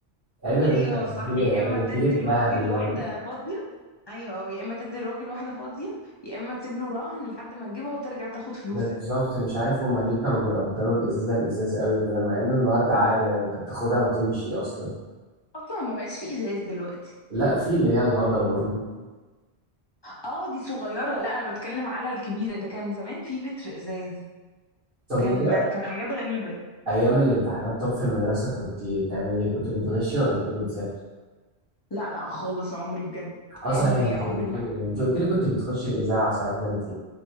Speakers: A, on the right (about 55°); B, on the left (about 30°).
A: عيب يا
B: ايوه
A: بنت انا من
B: صح
A: الجيل
B: يا
A: انا
B: اما
A: من
B: تدي
A: الجيل الذهبي
B: الراجل
A: برضه
B: واحده فاضيه ايوه أو يا اما تدي الراجل واحده فاضيه يا اما تسيب له رهن لحد ما تجيبها وترجع تاخد فلوسك
A: ده بالظبط مش عارف هما ليه كانوا بيقدروا الازازة الازازة قوي كده مع ان النهارده عادي يعني، انت بتاخدها وتمشي اصلا
B: اصلا ما بقاش في ازاز دلوقتي
A: لا في اللي هي الهضبة دي
B: اه دي صغيره لا انا بتكلم على الكبيره ده كان زمان في لتر ازاز
A: طب
B: كان
A: انت
B: كان حاجات غريبه
A: ايام الامتحانات طب في المدرسه كنت بتعملي ايه كنت بتغشي ولا كنت بتذاكر
B: لا لا خالص عمري بجد
A: اه
B: عمري
A: صحيح انت
B: عمري
A: قلت
B: ما
A: لي انت قلت لي كنت بتخشي الاذاعه صحيح ده انت